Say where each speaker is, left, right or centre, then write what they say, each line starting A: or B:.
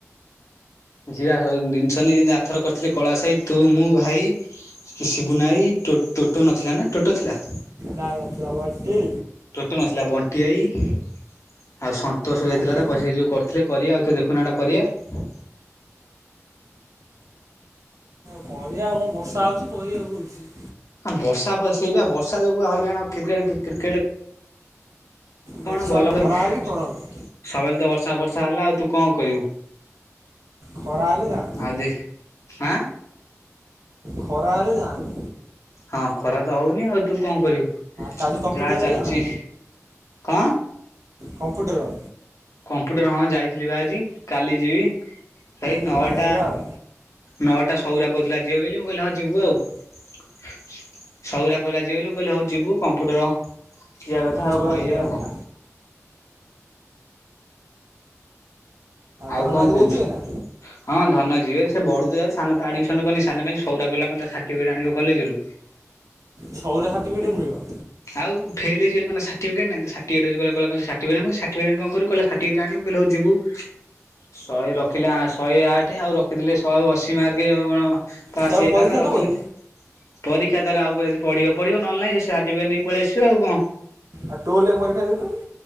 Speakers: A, on the left; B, on the right.
A: ଯିବା ସବୁ ଜିନିଷ ନେଇକି ଆରଥର କରିଥିଲେ କଳାଶ ଭାଇ ତୁ ମୁଁ ଭାଇ। କି ସିବୁନା ଆଇ ଟୋ ଟୋଟୋ ନଥିଲା ନା ଟୋଟୋ ଥିଲା।
B: ନା ଥିଲା ବଣ୍ଟି।
A: ଟୋଟ ନଥିଲା ବଣ୍ଟି ଆଇ ଆଉ ସନ୍ତୋଷ ଯାଇଥିଲା
B: ଆଉ କିଏ
A: ତା ପ ସେ ଯୋଉ କ ସେ କରିଆ ଆଉଥରେ ତ ଦେଖୁନା ଟା କରିବା।
B: କରିଆ ଆଉ ବର୍ଷା ହଉଛି କରିଆ କଉଠି।
A: ବର୍ଷା ସେଇ ବା ବର୍ଷା ଯୋଗୁ ହଇଲାଣକ୍ରିକେଟ କ୍ରିକେ।
B: ବର୍ଷା
A: କଣ ବଲ
B: ଖରା
A: ନି।
B: ହେଲେ କରନ୍ତେ
A: ସବୁବେଳେ ତ ବର୍ଷା ବର୍ଷା ହେଲା ଆଉ ତୁ କଅଁ କରିବୁ।
B: ଖରା ହେଲେ ଯାଆନ୍ତା।
A: ଆଦେ ଆ।
B: ଖରା ହେଲେ ଯାଆନ୍ତ।
A: ହଁ ଖରା ତ ହଉନି ଆଉ ତୁ କଅଁ କରିବୁ
B: କାଲି କମ୍ପ୍ୟୁଟର
A: ଯାଆ ଚାଲଚି
B: ଯିବା ନା
A: କଅଁ।
B: କମ୍ପୁଟର।
A: କମ୍ପୁଟର ହଁ ଯାଇଥିଲି ପା ଆଜି କାଲି ଯିବି। ଭାଇ
B: ଆଉ
A: ନଅଟା
B: କାଲି ଯିବା ଆଉ
A: ନଅଟା ସଉରା କହୁଥିଲା ଯିବ ବୋଲିି ମୁଁ କହିଲି ହଁ ଯିବୁ ଆଉ। ସଉରା କଇଲା ଯିବବୋଲି ମୁ କହିଲି ହଉ ଯିବୁ କମ୍ପୁଟର। ଇଆ କଥା
B: ହଁ
A: ଆଉ
B: ସଉରା
A: କଅଁ ଏଇଆ
B: ଯିବ
A: ଆଉ କଅଁ।
B: ବା
A: ଆଉ
B: ଧନଜିରେ
A: କଅଁ କଉଚୁ।
B: ଯିବେ ନା
A: ହଁ ଧନ ଯିବେ ସେ ବଢୁ ତ ଯାଉ ସାନ ତ ଆଡମିସନ କରିନି ସାନ କାଇଁ ସଉରା ଗଲା କଅଁ ସାର୍ଟିଫିକେଟ ଆଣିବ କଲେଜରୁ।
B: ସଉରା ସାର୍ଟିଫିକେଟ୍ ମିଳିବ।
A: ଆଉ ଫେଲ ହେଇଚି ଏଲି କଅଁ ସାର୍ଟିଫିକେଟ ନାଇଁ ତା ସା କି ଏ କହିଲା କଣ୍ ସାଟିଫିକେଟ ଆଣ ସାଟିଫିକେଟ କଣ କରି ବୁ ସାଟିଫିକେଟେ ଆଣ ବୁ ହଉ ଯିବୁ। ଶହେ ରଖିଲେ ଆଁ ଶହେ ଆଠେ ଆଉ ରଖିଥିଲେ ଶହେ ଅଶୀ ମାର୍କ ଅ ଅଣ। ପାସ୍
B: ସେ ଆଉ
A: ହେଇଥାନ୍ତା
B: ପରୀକ୍ଷା
A: ରଖିଲାନି।
B: ଦବନି
A: ପରୀକ୍ଷା ତାର ଆଉ ପଢିବ ପଢିବ ନହେଲେ ନାଇଁ ସେ ସାର୍ଟିଫିକେଟ ନେଇ ପଳେଇ ଆସିବ ଆଉ କଣ।
B: ଆଉ ଟୋଲରେ ପରୀକ୍ଷା ଦେଇ ଦେଉନୁ।